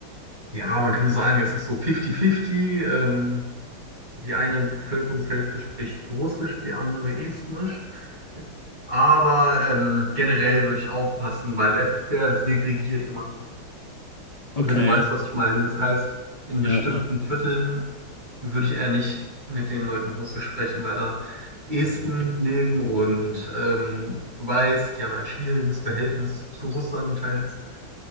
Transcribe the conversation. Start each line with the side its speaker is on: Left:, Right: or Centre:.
Right: ja, man könnte sagen, es ist so 50-50. Ähm, die eine Bevölkerungshälfte spricht Russisch, die andere Estnisch. Aber ähm, generell würde ich aufpassen, weil es ist sehr segregiert immer noch.
Left: Okay,
Right: Wenn du weißt, was ich meine. Das heißt, in bestimmten
Left: ja, ja.
Right: Vierteln würde ich eher nicht mit den Leuten Russisch sprechen, weil da Esten leben und ähm, du weißt, die haben ein schwieriges Verhältnis zu Russland teils.